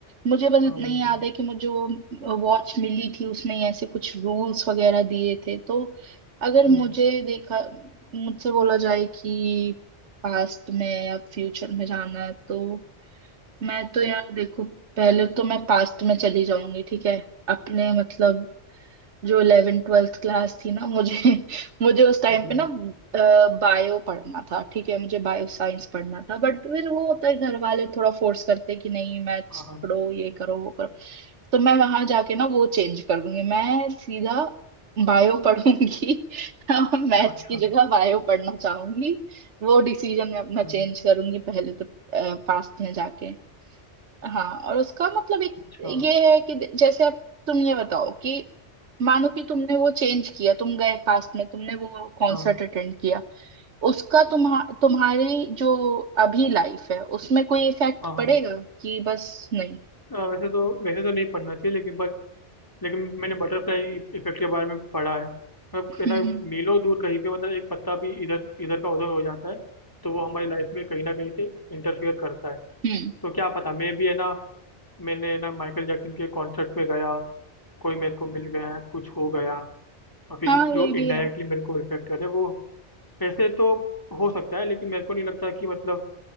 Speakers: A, on the right; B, on the left.
A: मुझे बस
B: हाँ
A: इतना
B: बिल्कुल
A: ही याद है कि मुझे वो वॉच मिली थी उसने ऐसे कुछ रूल्स वगैरह दिए थे तो अगर
B: हम्म,
A: मुझे देखा मुझसे बोला जाए कि पास्ट में या फ्यूचर में जाना है तो मैं तो यार देखो पहले तो मैं पास्ट में चली जाऊंगी ठीक है अपने मतलब जो इलेवेंथ ट्वेल्थ क्लास थी ना मुझे <laughs> मुझे उस टाइम
B: हम्म, हम्म,
A: पे ना बायो पढ़ना था ठीक है मुझे बायो साइंस पढ़ना था बट फिर वो होता है घर वाले थोड़ा फोर्स करते कि नहीं मैथ्स
B: हाँ हाँ
A: पढ़ो ये करो वो करो तो मैं वहां जाके ना वो चेंज कर दूंगी मैं सीधा बायो पढ़ूंगी <laughs> मैथ्स
B: अच्छा
A: की जगह बायो पढ़ना चाहूंगी वो डिसीजन
B: अच्छा
A: मैं अपना चेंज करूंगी पहले तो पास्ट में जाके हाँ और उसका मतलब एक
B: अच्छा
A: ये है कि द- जैसे अब तुम ये बताओ कि मानो कि तुमने वो चेंज किया तुम गए पास्ट में तुमने वो कॉन्सर्ट
B: हाँ
A: अटेंड किया उसका तुम्हा तुम्हारी जो अभी लाइफ है उसमें कोई इफेक्ट
B: हाँ हाँ
A: पड़ेगा कि बस नहीं
B: अ, वैसे तो वैसे तो नहीं पढ़ना चाहिए लेकिन पर लेकिन मैंने बटरफ्लाई इफेक्ट के बारे में पढ़ा है मतलब है
A: हम्म
B: ना मीलों दूर कहीं पे मतलब एक पत्ता भी इधर इधर का उधर हो जाता है तो वो हमारी लाइफ में कहीं ना कहीं से इंटरफियर करता है
A: हम्म हम्म।
B: तो क्या पता मैं भी है ना मैंने ना माइकल जैक्सन के कॉन्सर्ट में गया कोई मेरे को मिल गया कुछ हो गया और फिर
A: हाँ
B: जो
A: ये भी
B: इनडायरेक्टली
A: है
B: मेरे को इफेक्ट करे वो ऐसे तो हो सकता है लेकिन मेरे को नहीं लगता कि मतलब